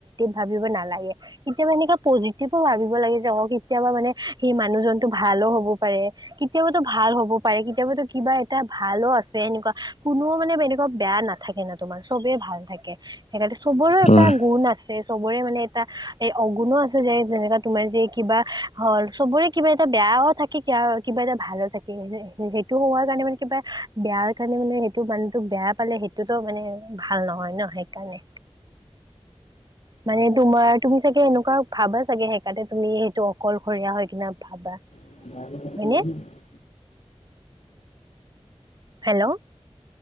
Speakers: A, on the right; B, on the left.
A: ভাবিব নালাগে কেতিয়াবা এনো পজিটিভো ভাবিব লাগে যে কেতিয়াবা মানে সেই মানুহজনটো ভালো হ'ব পাৰে কেতিয়াবাতো ভাল হ'ব পাৰে কেতিয়াবো কিবা এটা ভালো আছে এনেকুৱা কোনো মানে এনেকুৱা বেয়া না থাকে ন' তোমাৰ চবেই ভাল থাকে সেইকাৰণে চবৰে
B: অ
A: এটা
B: অ
A: গুণ আছে চবৰে মানে এটা এই অগুণো আছে যে যেনেকা তোমাৰ যে কিবা হ চবৰে কিবা এটা বেয়াও থাকে কিবা কিবা এটা ভালো থাকে সেইটো হোৱাৰ কাৰণে মানে কিবা বেয়াৰ কাৰণে মানে সেইটো মানুহটোক বেয়া পালে সেইটোতো মানে ভাল নহয় ন' সেইকাৰণে। মানে তোমাৰ তুমি চাগে এনেকুৱা ভাবা চাগে সেইকাৰনে তুমি সেইটো অকলশৰীয়া হয় কিনা ভাবা
B: <unintelligible>
A: হয়নে হেল্ল'